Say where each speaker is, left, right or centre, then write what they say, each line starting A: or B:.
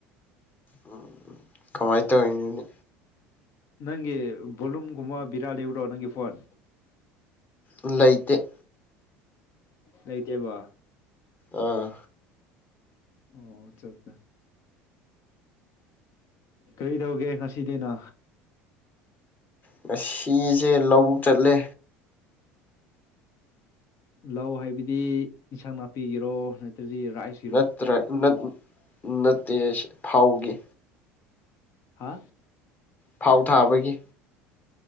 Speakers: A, on the left; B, on the left.
A: ꯎꯝ ꯀꯃꯥꯏꯟ ꯇꯧꯔꯤꯅꯣꯅꯦ
B: ꯅꯪꯒꯤ ꯕꯣꯂꯨꯝꯒꯨꯝꯕ ꯕꯦꯔꯥ ꯂꯩꯕ꯭ꯔꯣ ꯅꯪꯒꯤ ꯐꯣꯟ
A: ꯂꯩꯇꯦ
B: ꯂꯩꯇꯦꯕ
A: ꯑꯥ
B: ꯑꯣꯆꯥ ꯆꯥ ꯀꯔꯤ ꯗꯧꯒꯦ ꯉꯁꯤꯗꯤ ꯅꯥ
A: ꯉꯁꯤꯁꯦ ꯂꯧꯕꯨꯛ ꯆꯠꯂꯦ
B: ꯂꯧ ꯍꯥꯏꯕꯗꯤ ꯏꯟꯁꯥꯡ ꯅꯥꯄꯤꯒꯤꯔꯣ ꯅꯠꯇ꯭ꯔꯥꯗꯤ ꯔꯥꯏꯁ
A: ꯅꯠꯇ꯭ꯔꯦ ꯅꯠ ꯅꯠꯇꯦꯁꯦ ꯊꯥꯎꯒꯤ
B: ꯍꯥꯥ
A: ꯐꯧ ꯊꯥꯕꯒꯤ